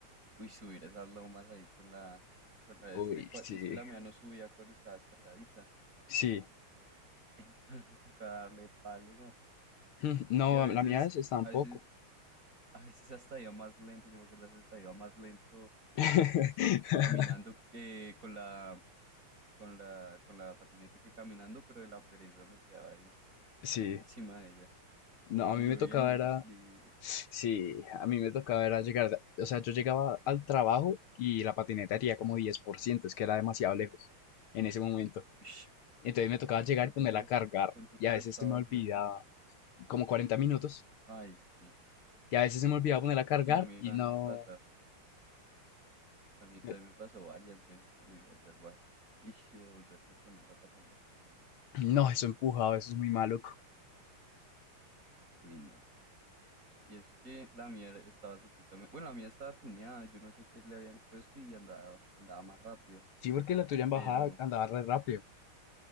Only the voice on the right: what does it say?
Uy, subir esas lomas ahí con la... Con la de
este. y cua-
Es que la mía no subía cuando estaba descargadita.
Entonces me tocaba darle palo, ¿no?
Y a veces...
A veces A veces hasta iba más lento, yo me acuerdo, a veces hasta iba más lento,
pues caminando eh, con la, con la, con la patineta que caminando, pero de la pereza me quedaba ahí
<laughs> encima de ella.
Y
lloviendo,
yo
sí le di duro.
<laughs> Ush,
pucha,
¿cuánto
te,
cuánto
te
gastabas
luego?
Ay, sí.
Uy,
sí, a mí
también
me pasa. A mí también
me pasó varias veces cuando iba allá al bar. Y devolverse con esa patineta es un...
Uy, no. Y es que la mía estaba supuestamente, bueno, la mía estaba tuneada, yo no sé qué le habían puesto y andaba, andaba más rápido.
Pero